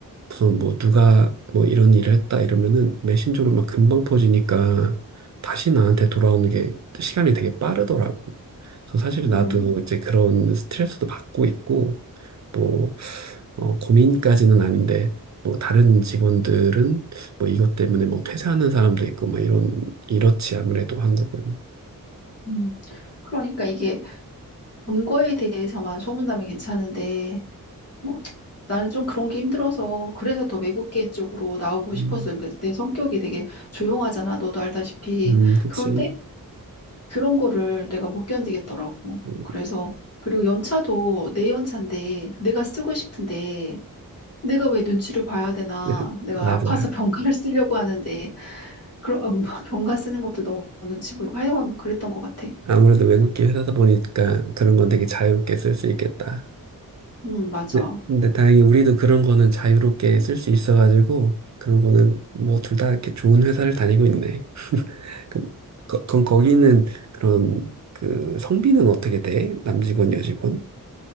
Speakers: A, on the right; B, on the left.
A: 무슨 뭐 누가 뭐 이런 일을 했다 이러면은 메신저로 막 금방 퍼지니까 다시 나한테 돌아오는 게 시간이 되게 빠르더라고. 그래서 사실
B: 응,
A: 나도 이제 그런 스트레스도 받고 있고, 뭐, 어, 고민까지는 아닌데, 뭐, 다른 직원들은 뭐 이것 때문에 뭐 퇴사하는 사람도 있고, 뭐 이런, 이렇지, 아무래도 한국은.
B: 응. 그러니까 이게 본 거에 대해서만 소문나면 괜찮은데 뭐, 나는 좀 그런 게 힘들어서 그래서 더 외국계 쪽으로 나오고 싶었어요.
A: 음,
B: 그러니까 내 성격이 되게 조용하잖아. 너도 알다시피.
A: 음, 그치.
B: 그런데 그런 거를 내가 못 견디겠더라고.
A: 음,
B: 그래서 그리고 연차도 내 연차인데 내가 쓰고 싶은데 내가 왜 눈치를 봐야 되나?
A: <laughs>
B: 내가
A: 맞아.
B: 아파서 <laughs> 병가를 쓰려고 하는데 그런 <laughs> 병가 쓰는 것도 너무 눈치 보이고 하여간 그랬던 것 같아.
A: 아무래도 외국계 회사다 보니까 그런 건 되게 자유롭게 쓸 수 있겠다.
B: 음, 맞아.
A: 근데, 근데 다행히 우리도 그런 거는 자유롭게 쓸 수 있어가지고 그런 거는 뭐 둘 다 이렇게 좋은 회사를 다니고 있네. <laughs> 그, 거, 건 거기는 그런 그 성비는 어떻게 돼? 남직원, 여직원?